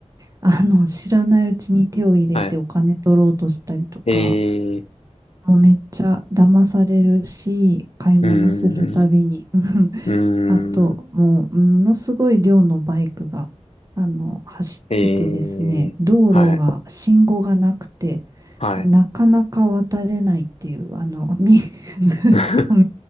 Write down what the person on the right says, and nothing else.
あの、知らないうちに手を入れてお金取ろうとしたりとか、
もうめっちゃ騙されるし、買い物するたびに、
うん
あと、
もう、ものすごい量のバイクが、あの、走っててですね、
道路が、
信号がなくて、
なかなか渡れないっていう、あの、み、<laughs> ずっと